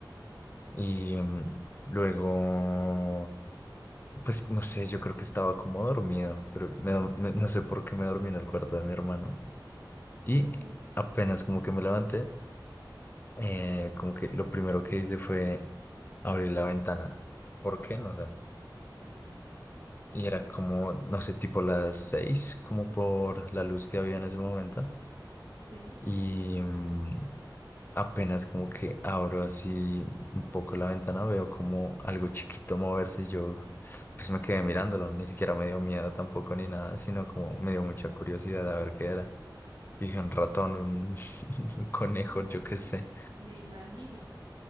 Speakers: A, on the left (about 25°); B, on the right (about 80°).
A: Y mm, luego, pues no sé, yo creo que estaba como dormido, pero me do- me- no sé por qué me dormí en el cuarto de mi hermano. Y
B: Sí,
A: apenas como que me levanté, eh, como que lo primero que hice fue abrir la ventana. ¿Por qué? No sé.
B: ahí no.
A: Y era como, no sé, tipo las seis, como por la luz que había en ese momento.
B: Sí,
A: Y mm, apenas como que abro así un poco la ventana, veo como algo chiquito moverse. y Yo pues me quedé mirándolo, ni siquiera me dio miedo tampoco ni nada, sino como me dio mucha curiosidad a ver qué era. Dije un ratón, un <laughs> un conejo,
B: No.
A: yo qué sé.
B: me imagino